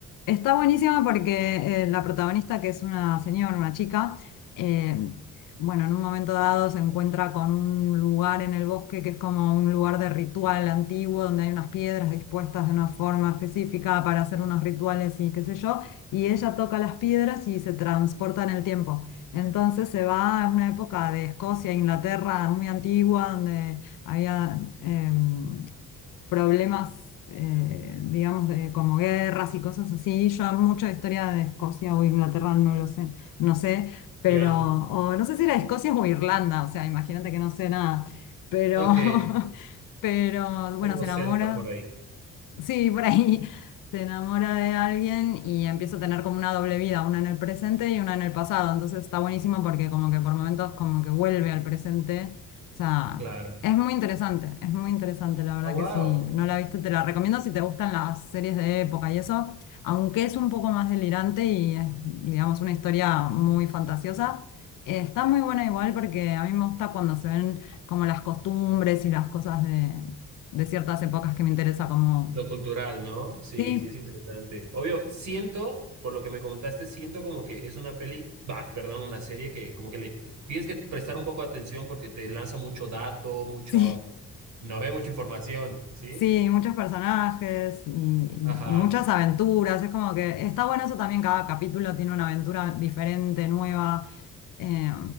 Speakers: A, on the left; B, on the right.
A: Está buenísima porque eh, la protagonista, que es una señora, una chica, eh, bueno, en un momento dado se encuentra con un lugar en el bosque que es como un lugar de ritual antiguo, donde hay unas piedras dispuestas de una forma específica para hacer unos rituales y qué sé yo, y ella toca las piedras y se transporta en el tiempo. Entonces se va a una época de Escocia, Inglaterra, muy antigua, donde había... em, problemas, eh, digamos, de, como guerras y cosas así. Yo mucho de historia de Escocia o Inglaterra no lo sé, no sé, pero,
B: Ya,
A: o no sé si era Escocia o Irlanda, o sea, imagínate que no sé nada, pero,
B: Ok,
A: <laughs> pero bueno,
B: algo
A: se
B: celta
A: enamora.
B: por ahí,
A: Sí, por ahí <laughs> se enamora de alguien y empieza a tener como una doble vida, una en el presente y una en el pasado. Entonces está buenísimo porque como que por momentos como que vuelve al presente. O sea,
B: claro.
A: es muy interesante, es muy interesante, la verdad
B: Ah, wow,
A: que si no la viste te la recomiendo si te gustan las series de época y eso, aunque es un poco más delirante y es, digamos, una historia muy fantasiosa. eh, Está muy buena igual porque a mí me gusta cuando se ven como las costumbres y las cosas de, de ciertas épocas que me interesa como
B: lo cultural, ¿no? Sí,
A: Sí,
B: sí, es interesante. Obvio, siento, por lo que me comentaste, siento como que es una peli, bah, perdón, una serie que como que le tienes que prestar un poco de atención porque te lanza mucho dato, mucho,
A: sí,
B: no ve mucha información, ¿sí?
A: sí, muchos personajes y,
B: Ajá.
A: y- muchas aventuras. Es como que está bueno eso también, cada capítulo tiene una aventura diferente, nueva. eh,